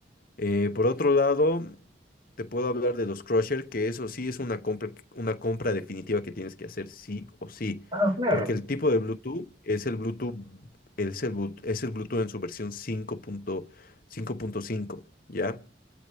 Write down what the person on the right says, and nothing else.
Ah, no, claro,